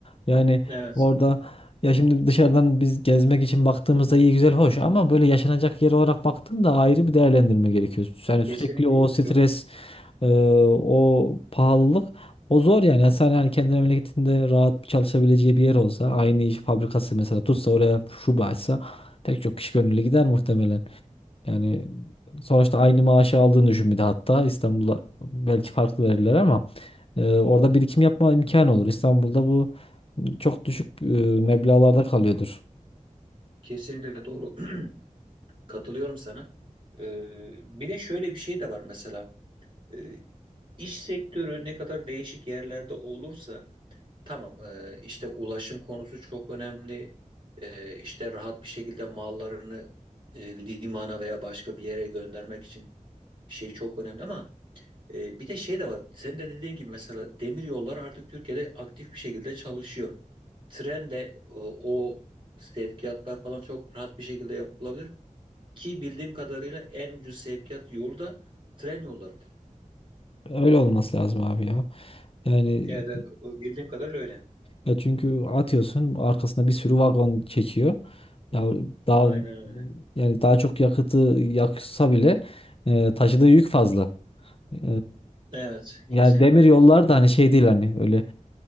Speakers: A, on the left; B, on the right.
A: Yani
B: Evet,
A: orada ya şimdi dışarıdan biz gezmek için baktığımızda iyi güzel hoş ama böyle yaşanacak yer olarak baktığında ayrı bir değerlendirme gerekiyor. Yani
B: kesinlikle
A: sürekli o
B: yok
A: stres,
B: yok.
A: e, o pahalılık o zor yani. Yani sen hani kendi memleketinde rahat bir çalışabileceği bir yer olsa aynı iş fabrikası mesela tutsa oraya şube açsa pek çok kişi gönüllü gider muhtemelen. Yani sonuçta aynı maaşı aldığını düşün bir de hatta İstanbul'a belki farklı verirler ama e, orada birikim yapma imkanı olur. İstanbul'da bu çok düşük e, meblağlarda kalıyordur.
B: Kesinlikle doğru. <clears throat> Katılıyorum sana. Ee, bir de şöyle bir şey de var mesela. Ee, iş sektörü ne kadar değişik yerlerde olursa Tamam, e, işte ulaşım konusu çok önemli. E, işte rahat bir şekilde mallarını e, limana veya başka bir yere göndermek için şey çok önemli ama e, bir de şey de var. Senin de dediğin gibi mesela demir yolları artık Türkiye'de aktif bir şekilde çalışıyor. Trenle e, o sevkiyatlar falan çok rahat bir şekilde yapılabilir ki bildiğim kadarıyla en ucuz sevkiyat yolu da tren yollarıdır.
A: Öyle olması lazım abi ya. Yani
B: Evet, evet, o bildiğim kadarıyla öyle.
A: ya çünkü atıyorsun arkasına bir sürü vagon çekiyor. Ya daha
B: Aynen öyle.
A: yani daha çok yakıtı yaksa bile e, taşıdığı yük fazla. Eee,
B: Evet, kesinlikle.
A: yani demir yollar da hani şey değil hani öyle